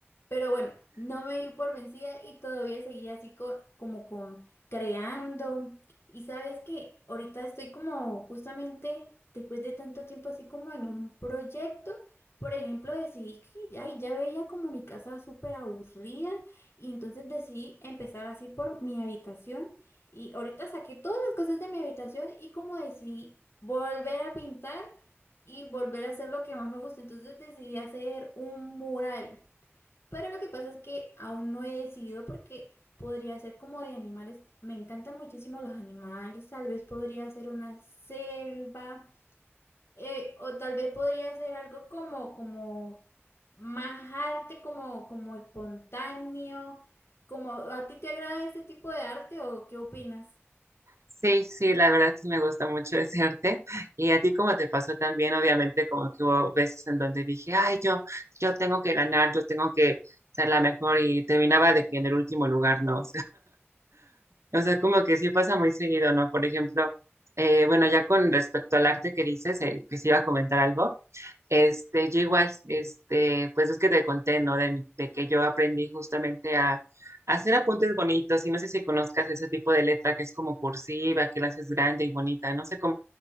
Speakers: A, on the left (about 65°); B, on the right (about 85°).
A: pero bueno, no me di por vencida y todavía seguía así co- como con creando. Y sabes que ahorita estoy como justamente después de tanto tiempo así como en un proyecto. Por ejemplo, decidí que ay, ya veía como mi casa súper aburrida y entonces decidí empezar así por mi habitación. Y ahorita saqué todas las cosas de mi habitación y como decidí volver a pintar y volver a hacer lo que más me gusta. Entonces decidí hacer un mural. Pero lo que pasa es que aún no he decidido porque podría ser como de animales. Me encantan muchísimo los animales. Tal vez podría ser una selva. eh, o tal vez podría ser algo como, como más arte, como, como espontáneo. Como, ¿a ti te agrada este tipo de arte o qué opinas?
B: Sí, sí, la verdad sí me gusta mucho ese arte. Y a ti como te pasó también, obviamente, como que hubo veces en donde dije, ay, yo, yo tengo que ganar, yo tengo que ser la mejor y terminaba de que en el último lugar, ¿no? O sea, como que sí pasa muy seguido, ¿no? Por ejemplo, eh, bueno, ya con respecto al arte que dices, eh, que se iba a comentar algo, este, yo igual, este, pues es que te conté, ¿no? De, de que yo aprendí justamente a, a hacer apuntes bonitos y no sé si conozcas ese tipo de letra que es como cursiva, que la haces grande y bonita, no sé cómo,